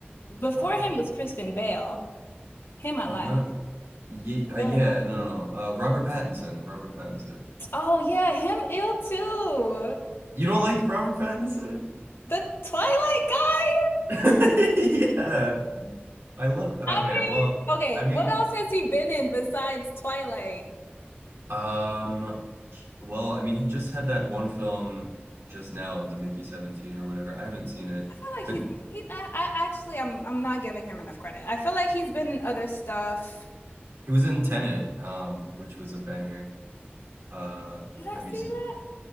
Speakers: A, on the left; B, on the right.
A: Before
B: Uh,
A: him was Christian Bale. Him I
B: no,
A: like.
B: yeah,
A: Is
B: uh,
A: there
B: yeah,
A: another
B: no,
A: one?
B: no, no. Uh, Robert Pattinson, Robert Pattinson.
A: Oh yeah, him ill too.
B: You don't like Robert Pattinson?
A: The Twilight guy?
B: <laughs> Yeah, I love. Okay,
A: I mean,
B: well,
A: okay,
B: I mean,
A: what else has he been in besides Twilight?
B: um, well, I mean, he just had that one film just now, the Mickey 17 or whatever. I haven't seen it,
A: I feel like
B: but
A: he's he. I, I actually, I'm I'm not giving him enough credit. I feel like he's been in other stuff.
B: he was in Tenet, um, which was a banger. Uh,
A: Did I
B: have you
A: see
B: seen?
A: that?